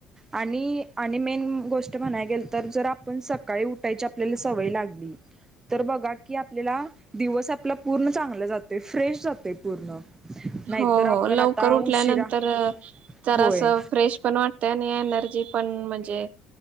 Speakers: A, on the right; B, on the right.
A: आणि आणि मेन गोष्ट म्हणाय गेलं तर जर आपण सकाळी उठ. ठायची आपल्याला सवय लागली. तर बघा की आपल्याला दिवस आपला पूर्ण चांगला जातोय फ्रेश जातोय पूर्ण... नाहीतर
B: हो
A: आपण
B: हो लवकर
A: आता
B: उठल्यानंतर
A: उशिरा
B: जरा
A: होय
B: असं फ्रेश पण वाटतय आणि एनर्जी... पण म्हणजे...